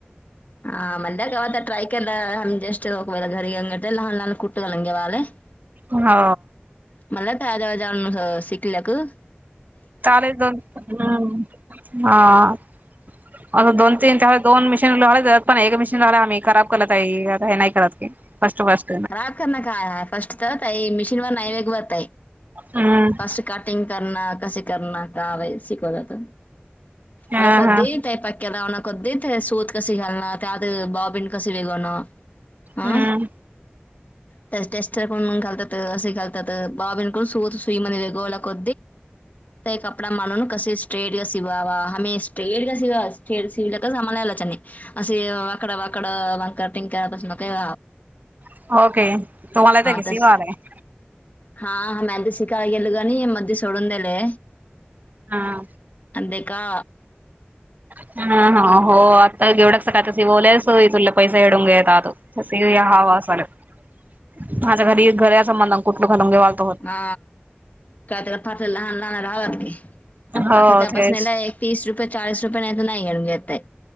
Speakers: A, on the left; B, on the right.
A: ह म्हटल कवातर ट्राय केला जस्टवेेला घरी <unintelligible> लहान, लहान <unintelligible>
B: हो.
A: मला त्याज्यावा जान शिकल्या क <unintelligible>
B: ले दोन <unintelligible> हा म दोन तीन त्या दोन मशीन लले पण एक मशीन लाला आम्ही खराब करत आहे हे नाही करत की फर्टू फट <unintelligible>
A: खराब कर ना काय ह फर्स्ट तरई मिशीन व नाही वेग बत आहे.
B: हम्म
A: फस्ट कटिंग करण, कसे करणं, काव शिकवल जात.
B: हा
A: हला कधे
B: हा
A: तय पक- केलावण कदी ते सूत कशी घालण त्या आत भावबीण कशी <unintelligible> हा
B: हम्म.
A: त्या टेस्टरून घालतात असे घालतात बाबीनकून सु सुई ममध्ये वेगला क <unintelligible> ते कपडा मानून कसे- स्ट्रेट ग शिवा आमे स्टेट ग शिवा स्ट्रेट सिवला का सममालायलाचंनी <unintelligible> असे वाकडा वाकडं वांकर टिंकपासून काही-
B: <unintelligible>
A: तस हा, हा. मॅद शिका गेल ग नी, म ती सोडून देेले.
B: हा.
A: दे का?
B: हा, हा. हो आता एवढा <unintelligible> पैसा <unintelligible> <unintelligible>
A: हा काय त्याला <unintelligible> लहान लहानला हवात की.
B: हो
A: आता तपासणी
B: तेच
A: लाय. तीस रुपये, चाळीस रुपये. नाही तर नाही घेऊन घेतय.